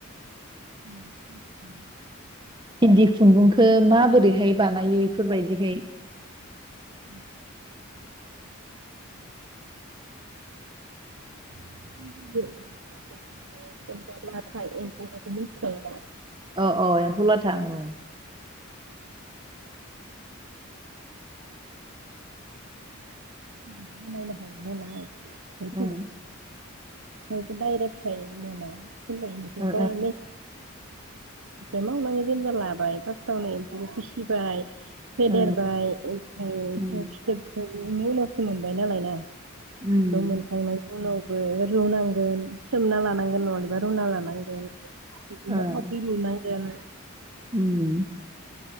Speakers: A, on the right; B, on the right.
A: <inaudible>
B: इन्दि खुन्दुंखो माबोरैहाय बानायो? बेफोरबायदिहाय
A: उम <unintelligible> लाथा एमफौखौथ' मिथिखायो दा।
B: अ अ एम्फौ लाथा औ।
A: बानायनो हायो नालाय <unintelligible> ओ <unintelligible>
B: ओं
A: दायरेटखाय मोना। <unintelligible> ओमफ्राय
B: ओ
A: मावनांगो जेनेबा लाबाय फार्स्टआवनो एमफौखो फिसिबाय। फेदेरबाय
B: ओ
A: ओमफ्राय
B: उम
A: <unintelligible> बिनि उनावसो मोनबाय नालाय ना?
B: उम
A: बेखौ मोनखांनायनि उनाव बो रुनांगोन सोमना लानांगोन नङालेबा रुना लानांगोन। <unintelligible> बिदिनो
B: ओं
A: थावख्रि लुना एम
B: उम